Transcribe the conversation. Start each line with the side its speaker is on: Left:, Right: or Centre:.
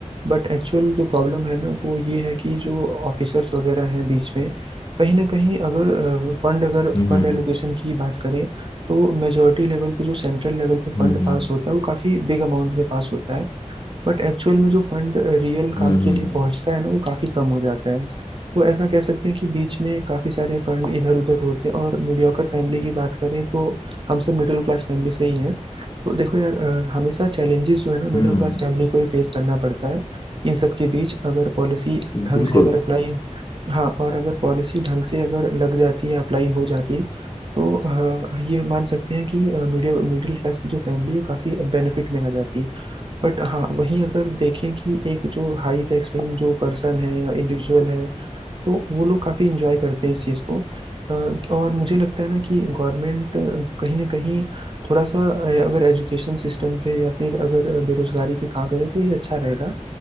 Right: बट एक्चुअल जो प्रॉब्लम है ना वो ये है कि जो ऑफिसर्स वगैरह हैं बीच में कहीं ना कहीं अगर फंड अगर
Left: हम्म
Right: फंड एलोकेशन की बात करें तो मेजोरिटी लेवल पे जो सेंट्रल लेवल पे
Left: हम्म
Right: फंड
Left: हम्म
Right: पास
Left: हम्म
Right: होता है वो काफ़ी बिग अमाउंट में पास होता है बट एक्चुअल में जो फंड रियल काम
Left: हम्म
Right: के
Left: हम्म,
Right: लिए पहुंचता है ना वो काफी कम हो जाता है तो ऐसा कह सकते हैं कि बीच में काफी सारे फंड इधर उधर होते हैं और मीडियोकर फैमिली की बात करें तो हम सब मिडिल क्लास फैमिली से ही हैं तो देखो यार अ, हमेशा चैलेंजेस जो है ना मिडिल
Left: हम्म,
Right: क्लास फैमिली को ही फेस करना पड़ता है इन सब के बीच अगर पॉलिसी ढंग
Left: बिल्कुल
Right: से अगर अप्लाई हाँ और अगर पॉलिसी ढंग से अगर लग जाती या अप्लाई हो जाती तो अ, ये मान सकते हैं कि मीडियम मिडिल क्लास की जो फैमिली है काफ़ी बेनिफिट में आ जाती बट हाँ वहीं अगर देखें कि एक जो हाई टैक्स पेइंग जो पर्सन है या इंडिविजुअल है तो वो लोग काफी इंजॉय करते हैं इस चीज को अ, और मुझे लगता है ना कि गवर्नमेंट कहीं ना कहीं थोड़ा सा अ, अगर एजुकेशन सिस्टम पे या फिर अगर बेरोजगारी पे काम करे तो ये अच्छा रहेगा